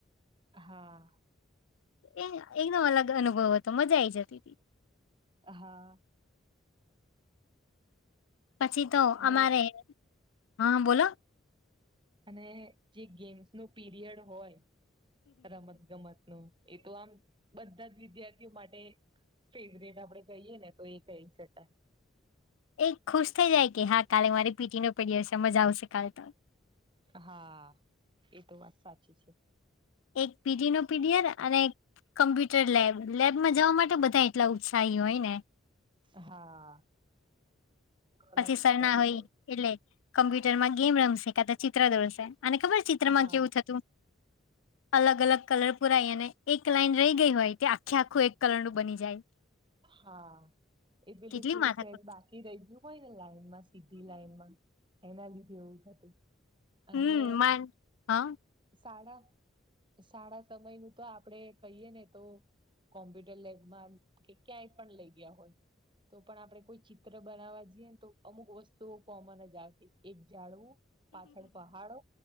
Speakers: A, on the right; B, on the left.
A: હા.
B: એ એકદમ અલગ અનુભવ હતો મજા આઈ જતી હતી.
A: હા.
B: પછી તો
A: અને
B: અમારે હા બોલો.
A: અને જે ગેમ્સ નો પીરિયડ હોય રમત ગમત નું એ તો આમ બધા જ વિદ્યાર્થીઓ માટે ફેવરેટ આપડે કહીયએ ને તો એ કહી શકાય.
B: એ ખુશ થઈ જાય કે હા કાલે મારી પીટી નો પિરિયડ સમજ આવશે કાલ તો
A: હા એતો વાત સાચી છે.
B: એક પીટી નો પીડિયર અને કમ્પ્યુટર લેબ લેબમાં જવા માટે બધા એટલા ઉત્સાહી હોય ને
A: હા. ઘણા
B: પછી
A: જ
B: સર
A: ઉત્સાહી
B: ના હોય એટલે કમ્પ્યુટરમાં ગેમ રમશે કા તો ચિત્ર દોડશે અને ખબર ચિત્રમાં
A: હોય હા
B: કેવું થ. તો. અલગ અલગ કલર પુરાય અને એક લાઈન રહી ગઈ હોય તે આખે આખું એક કલર નું બની જાય. <unintelligible>
A: હા એ પેલું
B: કેટલી
A: થોડું
B: માથાકૂટ
A: સહેજ બાકી રહ્યું હોય ને લાઈનમાં સીધી લાઈનમાં એના લીધે એવું હતું અને
B: હમ માન હા
A: શાળા શાળા સમય નું તો આપણેે કહીય ને તો કોમ્પ્યુટર લેબમાં કે ક્યાંય પણ લઈ ગયા હોય. તો પણ આપણે કોઈ ચિત્ર બનાવવા જઈએ ને તો અમુક વસ્તુઓ કોમન જ આવતી એક જાડવું પાછળ પહાડો